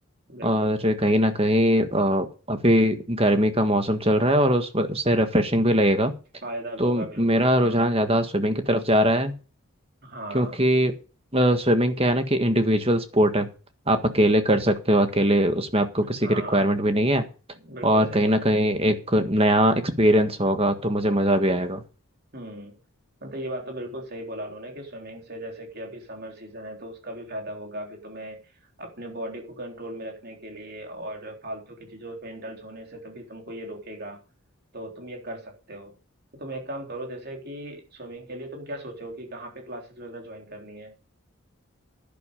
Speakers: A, on the right; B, on the right.
A: बिल्कुल
B: और कहीं ना कहीं अ, अभी गर्मी का मौसम चल रहा है और उस उससे रिफ्रेशिंग भी लगेगा
A: फायदा भी
B: तो
A: होगा बिल्कुल
B: मेरा
A: हाँ
B: रुझान ज़्यादा स्विमिंग की तरफ जा रहा है
A: हाँ
B: क्योंकि स्विमिंग क्या है ना कि इंडिविजुअल स्पोर्ट है आप अकेले कर सकते हो अकेले उसमें आपको किसी
A: हाँ
B: की रिक्वायरमेंट भी नहीं है
A: बिल्कुल
B: और
A: सही
B: कहीं
A: बात
B: ना कहीं
A: है
B: एक नया एक्सपीरियंस होगा तो मुझे मज़ा भी आएगा
A: हम्म मतलब ये बात तो बिल्कुल सही बोला उन्होंने कि स्विमिंग से जैसे कि अभी समर सीजन है तो उसका भी फायदा होगा अभी तुम्हें अपने बॉडी को कंट्रोल में रखने के लिए और फालतू की चीजों में इंडल्ज होने से तभी तुमको ये रोकेगा तो तुम ये कर सकते हो तो तुम एक काम करो जैसे कि स्विमिंग के लिए तुम क्या सोचो कि कहाँ पे क्लासेस वगैरह ज्वाइन करनी है